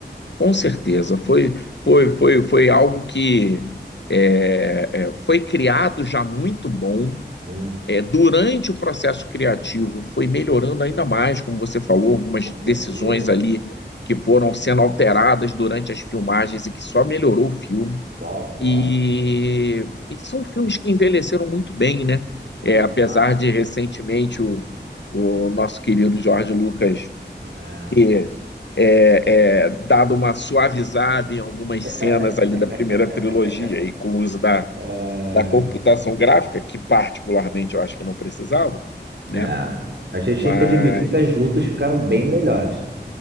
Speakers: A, on the left; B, on the right.
A: Com certeza, foi, foi, foi, foi algo que é, é, foi criado já muito bom.
B: Muito.
A: É, durante o processo criativo, foi melhorando ainda mais, como você falou, algumas
B: Com
A: decisões
B: certeza.
A: ali que foram sendo alteradas durante as filmagens e que só melhorou o filme.
B: Só, só.
A: E, e são filmes que envelheceram muito bem, né? É,
B: Não,
A: apesar
B: claro.
A: de recentemente o, o nosso querido Jorge Lucas
B: É.
A: ter é, é, dado uma suavizada em algumas
B: <laughs>
A: cenas ali da primeira trilogia e com o uso da,
B: É.
A: da computação gráfica, que particularmente eu acho que não precisava, né?
B: É. A gente
A: Mas.
B: tem que admitir que as lutas ficaram bem melhores.